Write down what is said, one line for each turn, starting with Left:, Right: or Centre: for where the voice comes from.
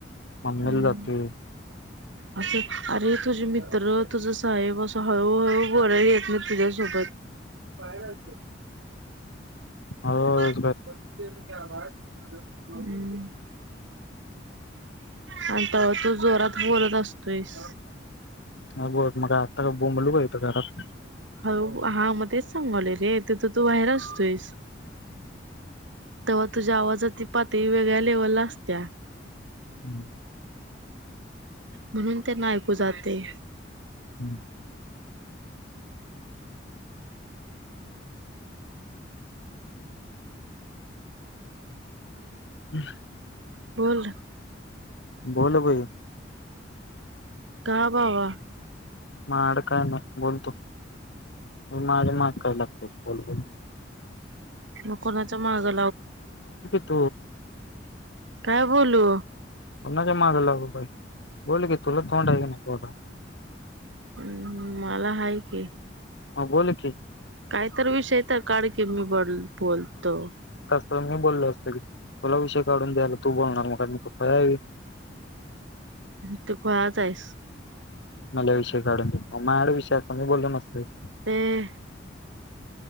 Left: मबईला
Right: हम्म.
Left: जाते.
Right: असं अरे तुझे मित्र तुझ साहेब असं हळूहळू बोलायला येत नाही तुझ्यासोबत
Left: हो.
Right: <unintelligible> की आवाज. हम्म, आणि त्यवा तू जोरात बोलत असतोयस.
Left: हा बोलत मग काय आ बोमबलू का ईथ घरात.
Right: हळू हा मग तेच सांगले रे तथ तू बाहेर तेस तेव्हा तुझ्या आवाजाती पातळी वेगळ्या लेव्हलला असत्या
Left: हम्म
Right: म्हणून त्यांना ऐकू जाते
Left: हम्म हम्
Right: बंद
Left: बोल बय
Right: का बावा
Left: म अडकाय ना बोलोलतो म म मा काय लागत बल होल
Right: न कोणाच्या मागा
Left: त
Right: काय बोलू
Left: ्हा जमाग लाग बाई बोल की तुला तोंड आहेे ना बड
Right: हम् मला आहेा की
Left: ह बोोल की
Right: काहीत विषय तर काळ की मी बोल बोलतो
Left: तर मी बोलल असतं की तुला विषय काढून द्यायला तू बोलणार म मी तवी
Right: त ख आ सत्चावीस
Left: मल्या विषयी काढून माड विषय आता मी बोललो मसतते
Right: हम